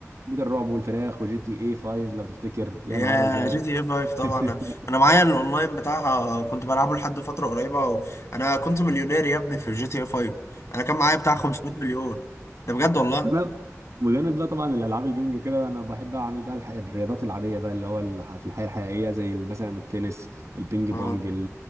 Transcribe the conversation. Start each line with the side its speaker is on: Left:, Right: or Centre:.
Right: بيت الرعب والفراخ وجي تي اي 5 لو تفتكر يا
Left: يا
Right: نهار ازرق
Left: جي تي اي 5 طبعا
Right: <laughs>
Left: انا أنا معايا الاونلاين بتاعها كنت بلعبه لحد فترة قريبة و... انا كنت مليونير يا ابني في الجي تي اي 5 انا كان معايا بتاع 500 مليون ده بجد والله
Right: انا بجانب بقى طبعا الالعاب الجيمنج وكده انا بحب اعمل بقى الح- الرياضات العاديه بقى اللي هو الح- في الحياه الحقيقيه زي مثلا التنس البينج
Left: اه
Right: بونج